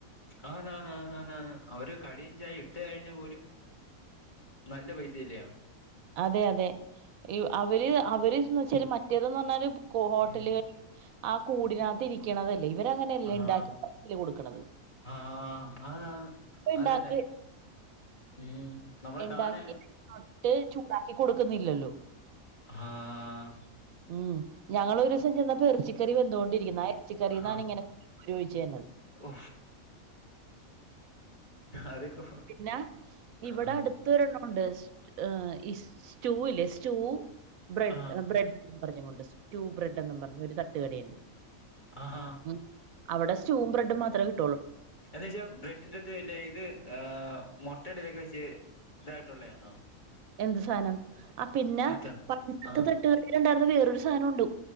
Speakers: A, on the left; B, on the right.
A: ആന്നാന്നാന്നാന്നാന്ന് അവര് കടിം, ചായയും. കഴിഞ്ഞാ പോലും നല്ല പൈസ ല്ലയോ?
B: അതെ അതെ യു അവര് അ അവര് ന്ന് വച്ചല്, മറ്റേതന്ന് പറഞ്ഞാല് കോ ഹോട്ടലുകൾ
A: ഉം
B: <unintelligible> ആ കൂടിനകത്ത് ഇരിക്കണതല്ലേ ഇവരങ്ങനെയല്ലേ
A: ആഹ്
B: ഉണ്ടാക്കില്ലേ കൊടുക്കണത് ഇപ്പ
A: ആഹ് ആഹ്
B: ഉണ്ടാക്കി
A: അതന്നെ ഏഹ് നമ്മളെ
B: ഉണ്ടാക്കി
A: കാണേ
B: <unintelligible> കൊടുക്കുന്നില്ലല്ലോ
A: ആഹ്
B: ഉം ഞങ്ങൾ ഒരു സം ചെന്നപ്പൊ ർച്ചി റി വെന്തോണ്ടിരിക്ക്ന്ന് ആ ർച്ചി ക്കറീന്നാണിങ്ങനെ
A: ആ
B: റിയൊഴിച്ച് തന്നത്
A: ഓ അതൊക്കെ
B: പിന്നെ ഇവടെ
A: ആ
B: അടുത് ഒരണ്ണം ണ്ട് ഇ സ്റ്റൂ ല്ലെ ചൂ ബ്രെഡ്
A: ആ
B: ബ്രെഡ്‌ പറഞ്ഞ് കൊണ്ട് സ്റ്റൂ ബ്രെഡെന്നും പറഞ്ഞ് ഒരു തട്ടുകടയുണ്ട്
A: ആഹാ
B: ഉം അവിടെ സ്റ്റൂം ബ്രെഡും മാത്രേ കി
A: എെന്നച്ച ബ്രട്ടിന്റെ തേയ്ലെ ഇത് ആ മൊ <unintelligible> വെച്ച് ഇതായിട്ടുള്ളയാന്നോ
B: എന്ത് സാനം ആ പിന്നെ
A: അത
B: പണ്ടത്തെ
A: ആ
B: തട്ടുകടയിലുണ്ടായിരുന്ന വേറൊരു സാനം ഉണ്ട്